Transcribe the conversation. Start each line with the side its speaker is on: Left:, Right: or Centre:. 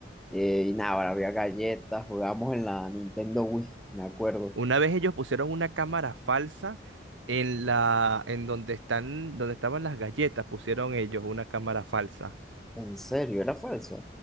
Centre: Eh, y nada, ahora había galletas, jugábamos en la Nintendo Wii, me acuerdo.
Right: Una vez ellos pusieron una cámara falsa en la, en donde están, donde estaban las galletas, pusieron ellos una cámara falsa.
Centre: ¿En serio? ¿Era falsa?